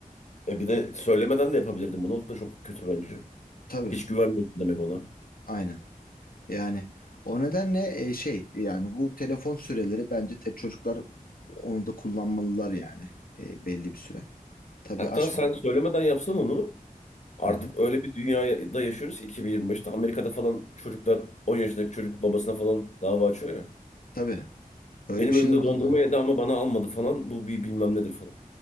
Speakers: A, on the left (about 50°); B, on the left (about 85°).
A: E bir
B: E,
A: de söylemeden de yapabilirdin bunu. O da çok kötü bence.
B: tabii.
A: Hiç güvenmiyorsun demek ona.
B: Aynen. Yani o nedenle e, şey yani bu telefon süreleri bence te- çocuklar onu da kullanmalılar yani e, belli bir süre. Tabii
A: Hatta
B: aşmıyor.
A: sen söylemeden yapsan onu artık
B: Hı hı.
A: öyle bir dünyada yaşıyoruz ki 2025'te Amerika'da falan çocuklar 10 yaşındaki çocuk babasına falan dava açıyor ya.
B: Tabii. Öyle
A: Benim
B: bir şeyler
A: önümde
B: olabilir.
A: dondurma yedi ama bana almadı falan. Bu bir bilmem nedir falan.